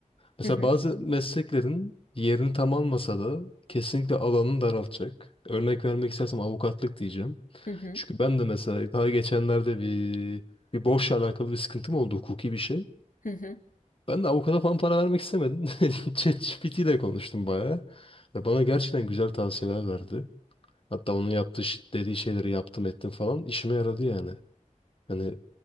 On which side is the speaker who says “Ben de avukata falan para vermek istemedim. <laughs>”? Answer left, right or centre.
Left